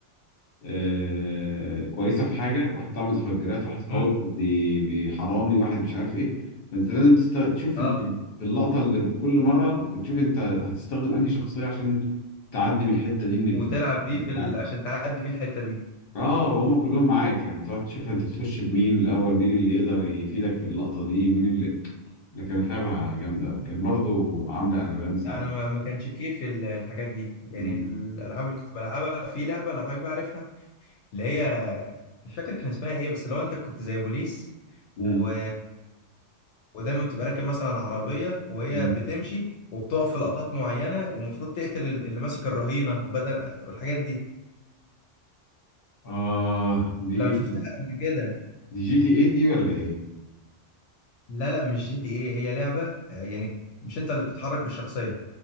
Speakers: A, on the left; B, on the left.
A: آه، كويسه في حاجه واحد بتاع متفجرات واحد قوي
B: أمم،
A: واحد بي- بيحرامي واحد مش عارف ايه فانت لازم تست... تشوف
B: اه
A: انت في اللقطه اللي ب- كل مره بتشوف انت هتستخدم انهي شخصيه عشان تعدي من الحته دي من ال...
B: وتلعب بيه في ال...
A: يعني.
B: عشان تعدي بيه الحته دي
A: اه وهم كلهم معاك يعني تقعد تشوف انت تخش بمين الاول مين اللي يقدر يفيدك في اللقطه دي مين اللي اللي كانت لعبه جامده وكان برضو عامله قلبان ساعتها
B: لا انا ما ما كانش كيف ال- الحاجات دي يعني
A: مم.
B: الالعاب اللي كنت بلعبها في لعبه لو حضرتك بقى عارفها اللي هي مش فاكر كان اسمها ايه بس اللي هو انت كنت زي بوليس
A: مم.
B: و... ودايما بتبقى راكب مثلا عربية وهي
A: مم.
B: بتمشي وبتقف في لقطات معينة ومفروض تقتل ال- اللي ماسك الرهينة وبدل والحاجات دي
A: اه دي
B: لو
A: ايه
B: شفتها قبل كده
A: دي جي تي ايه دي ولا ايه
B: لا لا مش جي تي ايه هي لعبة آه، يعني مش انت اللي بتتحرك بالشخصية